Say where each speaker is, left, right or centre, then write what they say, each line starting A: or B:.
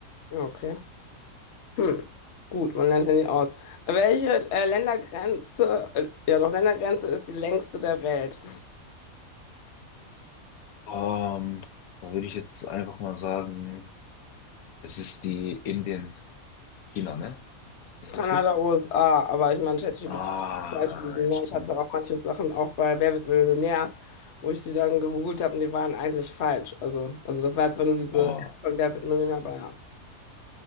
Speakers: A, on the left (about 55°); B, on the left (about 80°).
A: Ja, okay. Hm. Gut, man lernt ja nie aus. Welche äh, Ländergrenze, äh, ja doch, Ländergrenze ist die längste der Welt?
B: Ähm, dann würde ich jetzt einfach mal sagen, es ist die Indien, China, ne? Ist
A: Kanada,
B: das richtig?
A: USA, aber ich meine, ChatGPT
B: Ah,
A: kann falsch liegen. Ne?
B: ich
A: Ich
B: bin
A: hatte auch manche Sachen auch bei Wer wird Millionär, wo ich die dann gegoogelt habe und die waren eigentlich falsch. Also, also das war jetzt zwar nur diese
B: Ah,
A: App von Wer wird Millionär, aber ja.